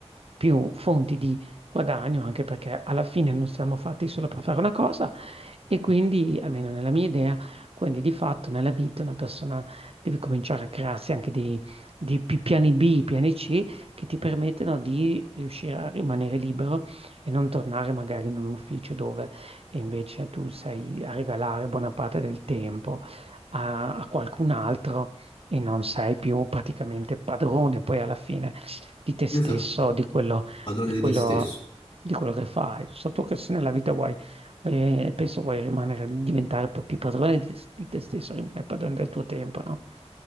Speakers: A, on the right; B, on the left.
A: più fonti di guadagno, anche perché alla fine non siamo fatti solo per fare una cosa e quindi, almeno nella mia idea, quindi di fatto nella vita una persona deve cominciare a crearsi anche dei, dei pi- piani B, piani C che ti permettono di riuscire a rimanere libero e non tornare magari in un ufficio dove invece tu sei a regalare buona parte del tempo a, a qualcun altro e non sei più praticamente padrone poi alla fine di te stesso,
B: Esatto,
A: di quello,
B: padrone
A: di
B: di
A: quello,
B: te stesso.
A: di quello che fai. So tu che se nella vita vuoi, eh, penso vuoi rimanere, diventare un po' più padrone di, di te stesso, rimanere padrone del tuo tempo, no?